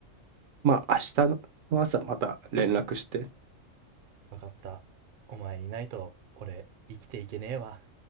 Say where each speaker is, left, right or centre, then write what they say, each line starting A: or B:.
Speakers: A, on the right; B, on the right.
A: まあ明日の朝また連絡して
B: わかった。お前いないと、俺、生きていけねえわ。